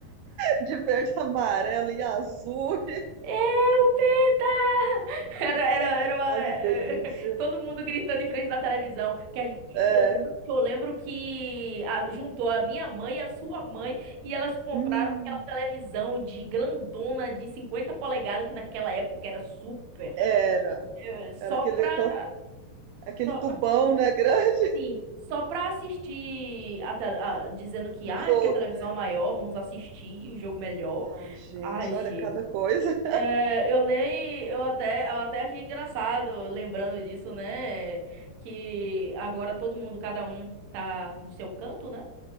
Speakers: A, on the right; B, on the right.
A: de verde, amarelo e azul.
B: É o Penta! Era, era, era uma...
A: Ai,
B: <laughs>
A: que delícia.
B: Todo mundo gritando em frente da televisão. Que, a- que,
A: É.
B: que eu lembro, que eu lembro que a- juntou a minha mãe e a sua mãe e elas compraram
A: Hum,
B: aquela televisão de grandona de 50 polegadas, que naquela época era super.
A: era.
B: eh, Só
A: Era aquele,
B: pra...
A: aquela- aquele
B: Só,
A: tubão, né? Grande
B: assim, só pra assistir, a, te- a- dizendo
A: <laughs>
B: que,
A: o
B: ah,
A: jogo,
B: é porque a televisão
A: né?
B: é maior, vamos assistir o jogo melhor.
A: Ah, gente,
B: Ai, gente.
A: olha cada coisa.
B: É, eu nem, eu até, eu até achei engraçado lembrando disso, né? Que agora todo mundo, cada um tá no seu canto, né?